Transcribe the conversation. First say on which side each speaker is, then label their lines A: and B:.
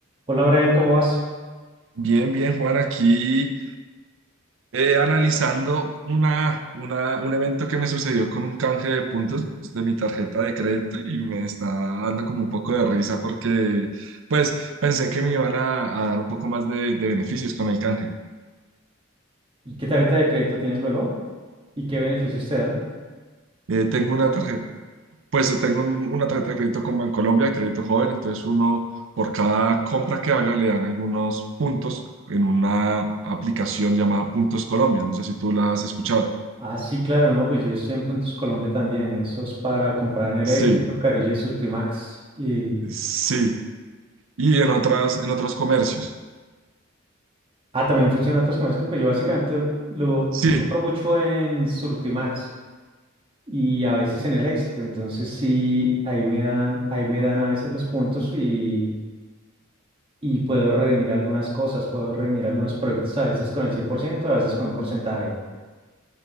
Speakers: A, on the right; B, on the right.
A: Hola Brian, ¿cómo vas?
B: Bien, bien, Juan, aquí eh, analizando una, una, un evento que me sucedió con un canje de puntos de mi tarjeta de crédito y me está dando como un poco de risa porque pues pensé que me iban a, a dar un poco más de, de beneficios con el canje.
A: ¿Y qué tarjeta de crédito tienes luego? ¿Y qué beneficios te dan?
B: Eh, tengo una tarjeta, pues tengo un- una tarjeta de crédito con Bancolombia, de crédito joven, entonces uno por cada compra que haga le dan algunos puntos en una aplicación llamada Puntos Colombia. No sé si tú la has escuchado.
A: Ah, sí, claro, no, pues yo estoy en Puntos Colombia también. Eso es para comprar en el
B: Sí.
A: Éxito, Carulla y Surtimax. Y...
B: Sí, y en otras, en otros comercios.
A: Ah, también funcionan otros comercios. Pues yo básicamente lo,
B: Sí,
A: yo compro mucho en Surtimax y a veces en el Éxito. Entonces sí, ahí me dan, ahí me dan a veces los puntos y, y puedo redimir algunas cosas, puedo redimir algunos productos a veces con el 100%, a veces con un porcentaje.